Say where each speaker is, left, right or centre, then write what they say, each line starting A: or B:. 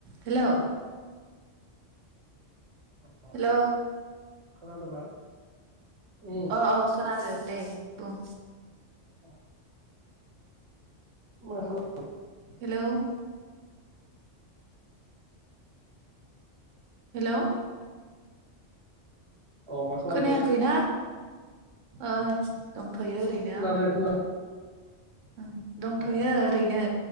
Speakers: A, on the right; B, on the right.
A: Hello
B: अ
A: hello
B: खोनादोबा उम
A: अ अ खोनादो दे बुंं
B: औ मा खालाम
A: हेलौ हेल'
B: औ मा खालामदो
A: खोनायाखैना ओ दं फैयो ओरैनो
B: खोनादो
A: आङो
B: खोनादो
A: ओं दंथ'यो
B: ए
A: ओरैनो